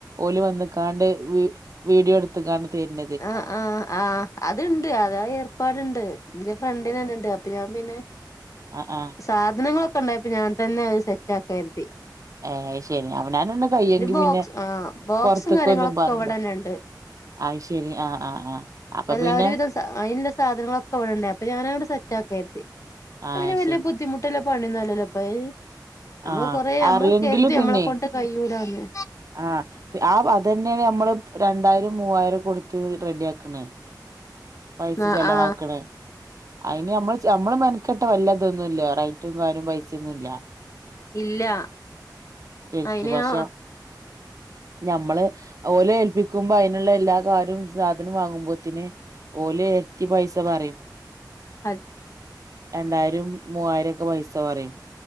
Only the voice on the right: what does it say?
ഓല് വന്ന്കാണ്ട് വി വീഡിയോ എട് ത്ത്കാണ്ട് തെര്ന്
അ ആഹ്
ഏഹ് അത് ശെരി അവനാനെന്നെ കയ്യാെങ്കി
പിന്നെ
പൊർത്ത്ക്ക്
ഒന്നും പറണ്ട
അത് ശർ ക്കെരിം ആഹ് ആഹ് ആഹ് അപ്പൊ
പിന്നെ
ആഹ് ശെ
ആഹ്
അറിയെങ്കില്
പിന്നെ
ആഹ് ഇപ ആ അതെന്നേണ് അമ്മള് ഇപ്പൊ രണ്ടായിരം മുവ്വായിരം കൊട്ത്ത് റെഡി ആക്ക്ണ് പൈസ
ചെലവാക്ക്ണ്
ഐന് അമ്മള് ച് അമ്മള് മെനക്കെട്ട വെല്ല ഇതൊന്നും ഇല്ലാ റൈറ്റും കാരും പൈസെയൊന്നും ഇല്ല
എൽക്ക്
പഷ
ഞമ്മള് ഓലെ ഏൽപ്പിക്കുമ്പൊ ഐന്ള്ള എല്ലാ കാരും സാധനും വാങ്ങുമ്പോത്തിന് ഓല് എര്ട്ടി പൈസ പറയും
രണ്ടായിരം മൂവായിരം ഒക്കെ പൈസ പറയും